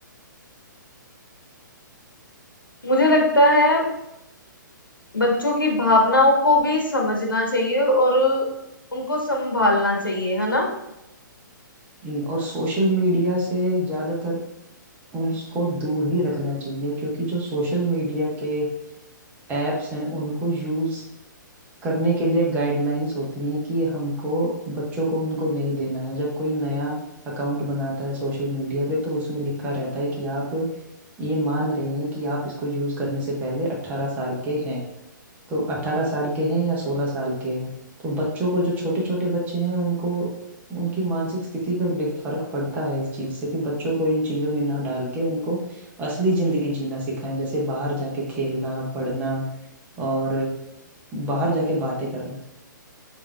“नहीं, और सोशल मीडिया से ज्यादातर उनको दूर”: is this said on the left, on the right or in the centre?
Right